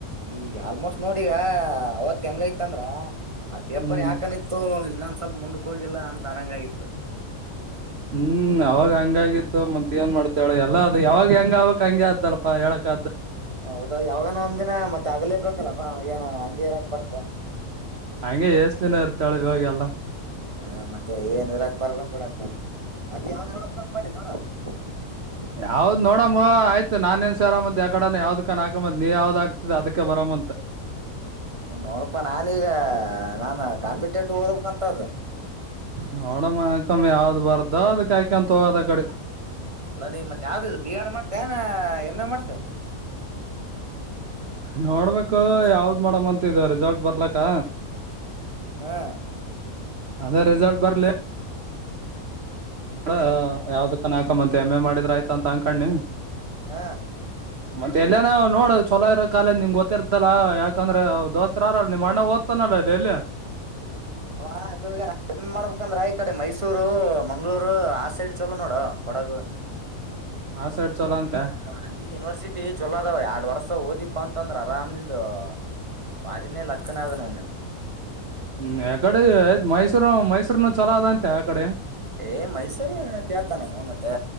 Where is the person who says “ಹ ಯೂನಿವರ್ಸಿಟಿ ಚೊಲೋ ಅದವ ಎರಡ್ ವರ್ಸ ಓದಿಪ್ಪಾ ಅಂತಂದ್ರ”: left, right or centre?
Right